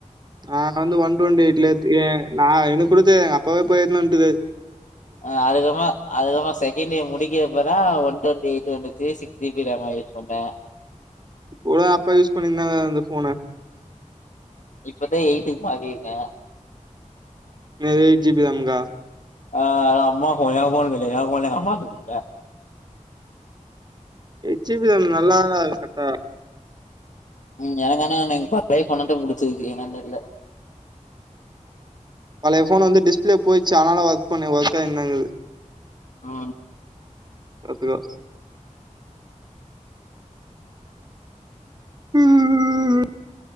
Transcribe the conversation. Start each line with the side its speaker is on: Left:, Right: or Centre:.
Right: ஆ நா வந்து ஒன் டுவெண்டி எயிட்ல எத் ஏ நா எனக்கு கூட தெரியாது எங்க அப்பாவே போய் எடுத்துன்னு வன்ட்டுருக்காரு
Left: ஆ அதுக்கப்றோ அதுக்கப்றோ செகண்ட் இயர் முடிக்கிறப்பா தா ஒன் டுவண்டி எயிட் வந்துச்சி six G B RAM use பண்றே
Right: வுடு அப்பா யூஸ் பண்ணிருந்தாங்க அந்த ஃபோன
Left: இப்பதா எயிட்டுக்கு மாறிருக்கே
Right: என்ன எயிட் ஜி பி ராம்கா
Left: ஆ அது அம்மா ஃபோன் ஏ ஃபோன்ல்ல ஏ ஃபோன எங்க அம்மாக்கு குடுத்தே
Right: எச்சி பி என் நல்லாதான்டா இருக்கு சட்ட
Left: ம் எனக்கு ஆனா எனக்கு ட்ரை பண்ணதா பிடிச்சிருக்கு என்னன்னு தெரில
Right: பழைய ஃபோன் வந்து டிஸ்பிளே போயிச்சு அதனால ஒர்க் பண்ணே ஒர்கே என்னங்கது
Left: ஆ
Right: கத்துக்கோ ம் ம்